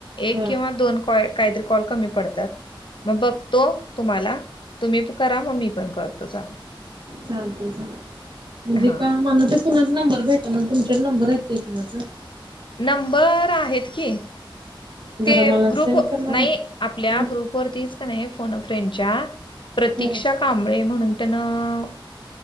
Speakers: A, on the left; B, on the right.
A: एक
B: हा
A: किंवा दोन. काय काहीतरी कॉल कमी पडतात. मग बघतो तुम्हाला तुम्ही पण करा मग मी पण करतो चालतंय
B: चालतंय चालतंय म्हणजे
A: हा
B: का मला ते कुणाच नंबर भेटा ना तुमच्या कड नंबर आहे का ताई कुणाचा?
A: नंबर आहेत की.
B: जरा
A: ते
B: मला
A: ग्रुप
B: सेंड करणारा
A: नाही आपल्या
B: हम्म
A: ग्रुपवरतीच का नाही फोन फ्रेंडच्या. प्रतीक्षा
B: हम्म
A: कांबळे म्हणून त्यांनं.